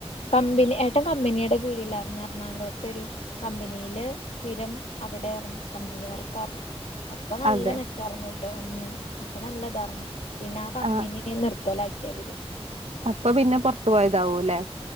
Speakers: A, on the left; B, on the right.
A: കമ്പനി ഏട്ടാ കമ്പനിയുടെ കീഴിലാ പിന്നെഎറണാകുളത്ത ഒരു കമ്പനിൽ സ്ഥിരം അവിടെറ്ന്നു കമ്പനി വർക്കരുന്ന് അപ്പ നല്ല
B: അതെ
A: മെച്ചാർന്നു ട്ടോ ഉ അപ്പൊ നല്ലതാറ്ന്നു പിന്നെ ആ കമ്പനി
B: ആഹ്
A: നിർത്തലാക്കിയവര്
B: അപ്പൊ പിന്നെ പോറത്തു പോയതാവു അല്ലെ